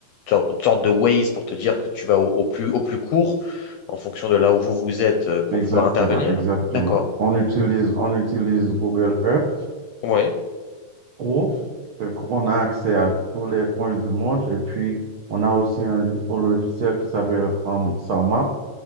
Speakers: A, on the left; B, on the right.
A: sorte- une sorte de Waze pour te dire que tu vas au, au plus, au plus court en fonction de là où vous vous êtes euh, pour
B: Exactement,
A: pouvoir intervenir?
B: exactement.
A: D'accord.
B: On utilise, on utilise Google Earth
A: Ouais.
B: pro. Fait qu'on a accès à tous les coins du monde. Et puis, on a aussi un, lo- un logiciel qui s'appelle um SumMap.